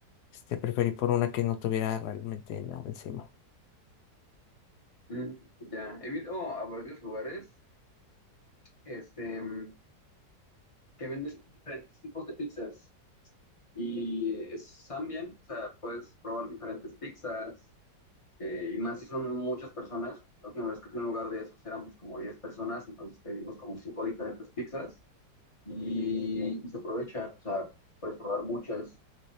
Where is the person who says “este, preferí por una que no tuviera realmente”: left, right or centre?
Left